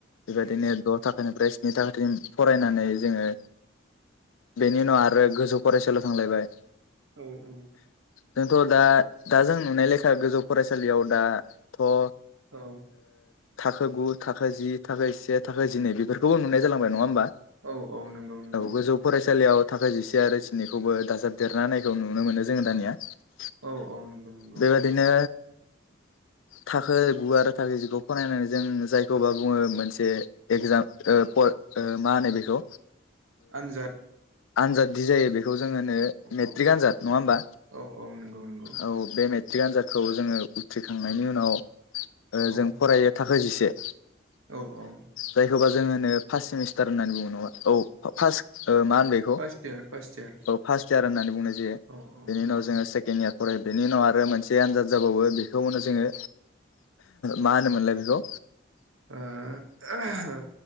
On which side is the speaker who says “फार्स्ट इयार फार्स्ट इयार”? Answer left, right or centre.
Right